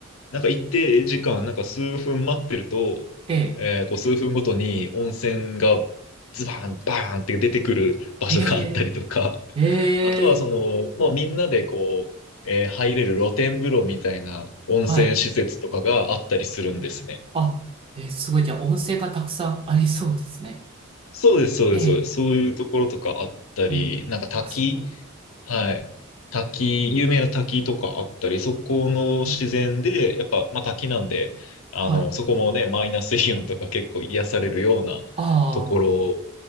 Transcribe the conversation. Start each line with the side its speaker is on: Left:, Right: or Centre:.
Left: なんか一定時間、なんか数分待ってると、
Right: ええ。
Left: えーこう数分ごとに温泉がズバーン、バーンって出てくる場所があったりとか、
Right: ええ。ええ。
Left: あとはその、もうみんなでこう、
Right: うん
Left: えー入れる露天風呂みたいな温泉施設とかがあったりするんですね。
Right: はい。あ、えー、すごい。じゃあ、音声がたくさんありそうですね。
Left: そうです、そうです、
Right: ええ。
Left: そうです。そういうところとかあったり、
Right: ええ。
Left: なんか滝、
Right: あ、すごい。
Left: はい。滝、有名な滝とかあったり、そこの自然で、
Right: ええ。
Left: やっぱ、まあ滝なんで、あの、
Right: はい。
Left: そこもね、マイナスイオンとか結構癒されるようなところっ
Right: ああ。